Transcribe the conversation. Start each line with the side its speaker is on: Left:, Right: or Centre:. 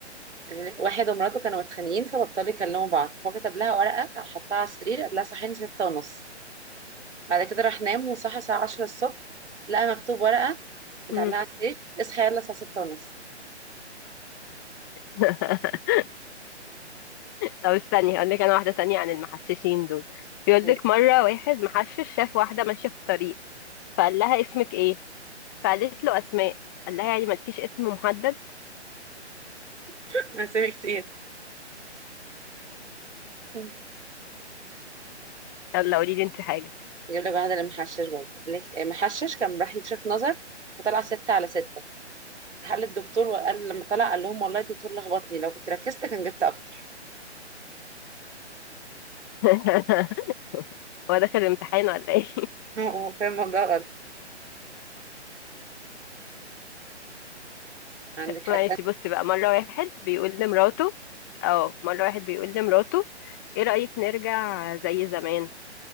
Right: بيقول لك واحد ومراته كانوا متخانقين فبطلوا يكلموا بعض هو كتب لها ورقة حطها على السرير قال لها صحيني ستة ونص بعد كده راح نام وصحى الساعة عشرة الصبح لقى مكتوب ورقة متعلقة
Left: مم.
Right: على السرير اصحى يلا الساعة ستة ونص
Left: <laughs> طب استني هقول لك انا واحده تانية عن المحششين دول بيقول
Right: مم.
Left: لك مره واحد محشش شاف واحده ماشيه في الطريق فقال لها اسمك ايه فقالت له اسماء قال لها يعني مالكيش اسم محدد
Right: <laughs> أسامي كتير مم.
Left: يلا قولي لي انت حاجه
Right: يجيب لك واحدة المحشش برضه يقول لك آه، محشش كان راح يكشف نظر وطلع ستة على ستة راح قال للدكتور وقال لما طلع قال لهم والله الدكتور لخبطني لو كنت ركزت كان جبت أكتر
Left: <laughs> هو داخل الامتحان ولا ايه
Right: <laughs> هو فاهم الموضوع عندك حاجة
Left: ماشي
Right: تانية؟
Left: بص بقى مرة واحد بيقول لمراته اه مرة واحد بيقول لمراته ايه رأيك نرجع زي زمان